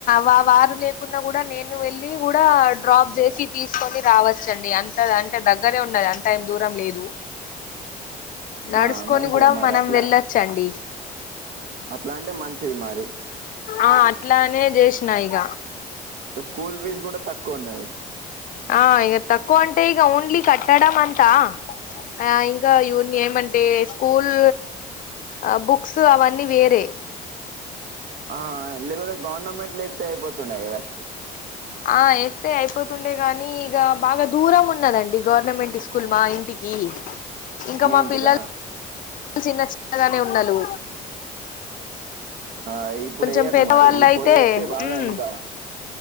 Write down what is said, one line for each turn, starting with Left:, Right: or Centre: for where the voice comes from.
Left: మా వారు లేకుండా కూడా నేను వెళ్ళి కూడా డ్రాప్ చేసి తీసుకొని రావచ్చండి అంతగ అంటే దగ్గరే ఉన్నది అంత ఏం దూరం లేదు నడుసుకొని
Right: ఆ మంచిదే
Left: కూడా
Right: మరి
Left: మనం
Right: అట్లా
Left: వెళ్ళొచ్చండి
Right: అట్లా అంటే మంచిది మరి
Left: ఆ అట్లానే చేసినా ఇగ
Right: ఇగ స్కూల్ ఫీజ్ కూడా తక్కువున్నది
Left: ఆ ఇగ తక్కువ అంటే ఈగ ఓన్లీ కట్టడం అంట ఆ ఇంకా యున్ ఏం అంటేస్ స్కూల్ ఆ బుక్స్ అవన్నీ వేరే
Right: ఆ లేకపోతే గవర్నమెంట్ల ఎతే అయిపోతుండె కదా అండీ
Left: ఆ ఎస్తే అయిపోతుండే గాని ఇగ బాగా దూరం ఉన్నదండి గవర్నమెంట్ స్ స్కూల్ మా ఇంటికి ఇంకా
Right: మీ
Left: మా
Right: ఇంటికా
Left: పిల్లలు చిన్న చిన్నగానే ఉన్నాలు
Right: ఆ ఇప్పుడు
Left: కొంచెం
Right: ఎయద్దు
Left: పెద్దవాళ్ళు
Right: మరి ఇప్పుడు
Left: అయితే
Right: ఎతే బాగా
Left: ఉమ్
Right: ఇంకా